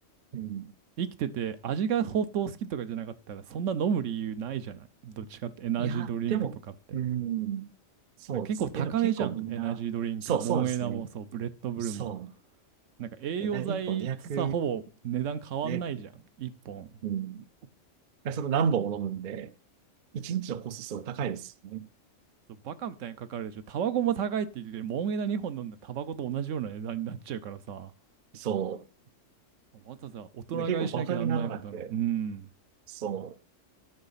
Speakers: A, on the right; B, on the right.
A: うん。
B: 生きてて味が相当好きとかじゃなかったらそんな飲む理由ないじゃない。どっちかってエナジードリンクとかって。
A: いや、でも、うん。そうです。
B: だ結構高めじゃん、
A: え、でも結構みんな、
B: エナジードリンク。
A: そう、
B: モンエナもそう、
A: そうですね。
B: ブレッドブルも。
A: そ
B: なんか栄養剤とさ、
A: う。え、1本200
B: ほぼ値段変わんないじゃん、
A: で、
B: 1本。
A: うん。でその何本も飲むんで、1日のコストすごい高いですよね。
B: そう、バカみたいにかかるでしょ。タバコも高いって言うけど、モン枝2本飲んでタバコと同じような値段になっちゃうからさ、
A: そ
B: わざわざ大人買いしなきゃなんないほどの、
A: う。で、結構バカにならなくて、
B: うん、
A: そ